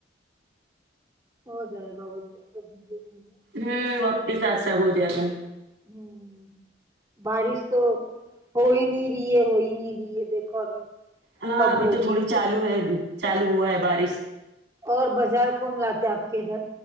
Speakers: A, on the right; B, on the right.
A: ہو جائے گا وہ <unintelligible>
B: ہوں وقت کے ساتھ سب ہو جاتا ہ
A: ہوں بارش تو ہو نہیں رہی ہے ہوئی نہیں رہی ہے دیکھو ابھی
B: ہاں
A: کب
B: ابھی
A: ہوگی
B: تو تھوڑی چالو ہے چالو ہوا ہے بارش
A: اور بازار کون لاتے آپ کے ادھر